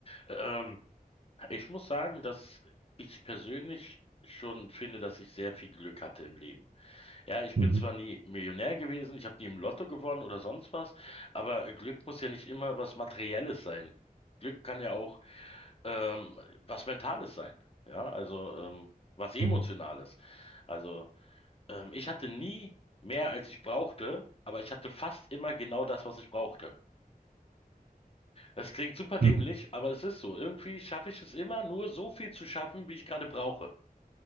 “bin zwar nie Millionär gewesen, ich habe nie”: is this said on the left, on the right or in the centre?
Left